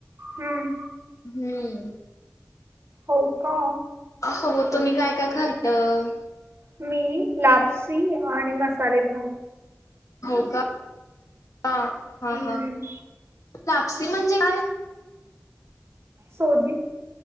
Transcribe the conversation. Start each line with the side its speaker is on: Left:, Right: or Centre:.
Right: हम्म.
Left: हम्म.
Right: हो का?
Left: हो हो तुम्ही काय काय खाल्लं.
Right: मी लापसी आणि मसाले भात.
Left: हो का ह हा
Right: हम्म
Left: हा कापस म्हणजे काय.
Right: सोजी